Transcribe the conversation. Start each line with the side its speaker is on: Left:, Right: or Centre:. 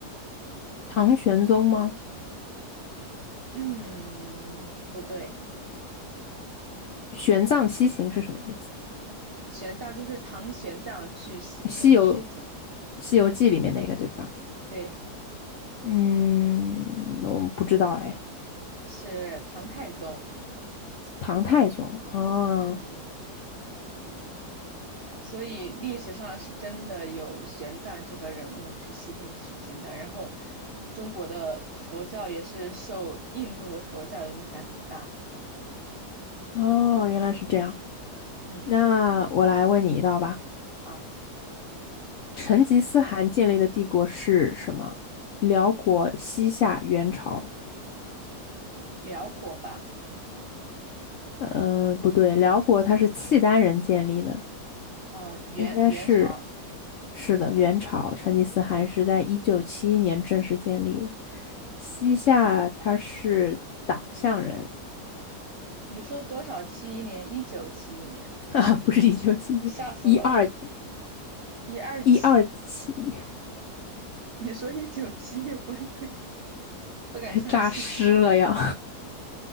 Left: 唐玄宗吗？
Right: 嗯，不对。
Left: 玄奘西行是什么意思啊
Right: 玄奘就是唐玄奘去西天取经，
Left: 西游《西游记》里面那个对吧？
Right: 对，
Left: 嗯，我们不知道哎，
Right: 是唐太宗。
Left: 唐太宗啊，
Right: 嗯，所以历史上是真的有玄奘这个人物去西天取经的。然后，中国的佛教也是受印度的佛教影响很大。
Left: 哦，原来是这样。
Right: 嗯，
Left: 那我来问你一道吧。
Right: 啊，
Left: 成吉思汗建立的帝国是什么？辽国、西夏、元朝？
Right: 辽国吧，
Left: 呃，不对，辽国它是契丹人建立的，
Right: 啊，元元朝。
Left: 应该是，是的，元朝。成吉思汗是在一九七一年正式建立的，
Right: 嗯，
Left: 西夏他是党项人，
Right: 你说多少七一年？一九七一年，
Left: <laughs> 啊，不是一九七一，
Right: 吓死我了！
Left: 一二
Right: 一二七，
Left: 一二七，
Right: 你说一九七一，我有点不敢相信。
Left: 扎尸了呀，